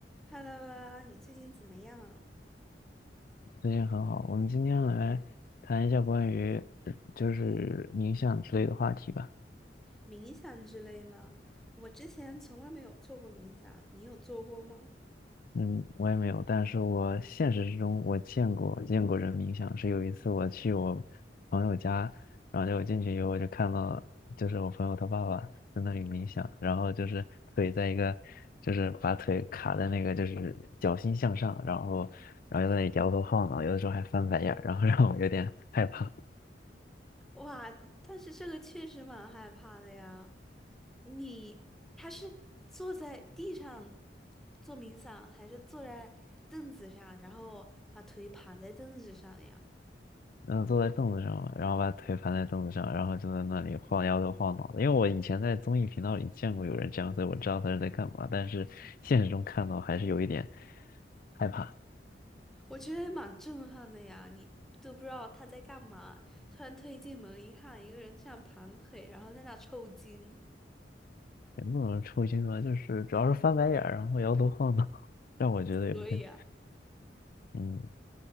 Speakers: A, in the centre; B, on the left.
A: Hello 啊，你最近怎么样？
B: 最近很好，我们今天来谈一下关于呃就是冥想之类的话题吧。
A: 冥想之类吗？我之前从来没有做过冥想，你有做过吗？
B: 嗯，我也没有，但是我现实之中我见过见过人冥想，是有一次我去我朋友家，然后就我进去以后我就看到，就是我朋友他爸爸在那里冥想，然后就是腿在一个，就是把腿卡在那个就是脚心向上，然后然后就在那里摇头晃脑，有的时候还翻白眼儿，然后让我有点害怕。
A: 哇，但是这个确实蛮害怕的呀。你他是坐在地上做冥想，还是坐在凳子上，然后把腿盘在凳子上呀？
B: 嗯，坐在凳子上，然后把腿盘在凳子上，然后就在那里晃摇头晃脑的。因为我以前在综艺频道里见过有人这样，所以我知道他是在干嘛。但是现实中看到还是有一点害怕，
A: 我觉得也蛮震撼的呀，你都不知道他在干嘛，突然推进门一看，一个人这样盘腿，然后在那抽筋，
B: 也不能说抽筋吧，就是主要是翻白眼儿，然后摇头晃脑，<laughs> 让我觉得有点
A: 所以啊。
B: 嗯